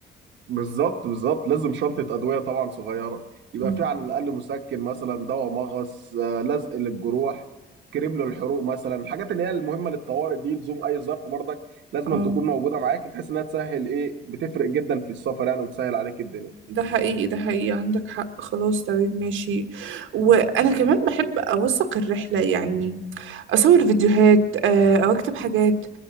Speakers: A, on the right (about 65°); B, on the right (about 85°).
A: بالظبط بالظبط لازم شنطة أدوية طبعا صغيرة يبقى
B: مم.
A: في على الأقل مسكن مثلا دواء مغص آه، لزق للجروح كريم للحروق مثلا الحاجات اللي هي المهمة للطوارئ دي لزوم أي ظرف برضك لازم
B: اه
A: أن تكون موجودة معاك بحيث إنها تسهل إيه بتفرق جدا في السفر يعني وتسهل عليك الدنيا
B: ده حقيقي ده حقيقي عندك حق خلاص تمام ماشي وانا كمان بحب اوثق الرحله يعني اصور فيديوهات آه، او اكتب حاجات